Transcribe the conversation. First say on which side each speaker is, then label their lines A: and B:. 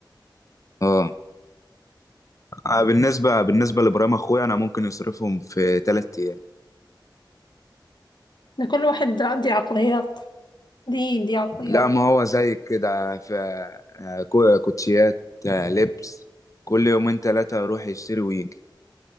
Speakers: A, on the left (about 45°); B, on the left (about 65°).
A: اه آه، بالنسبة بالنسبة لإبراهيم أخويا أنا ممكن يصرفهم في تلات أيام
B: ده كل واحد ده دي عقليات دي دي عقليات
A: لا ما هو زي كده في آه، كو- كوتشيات آه، لبس كل يومين تلاتة يروح يشتري ويجي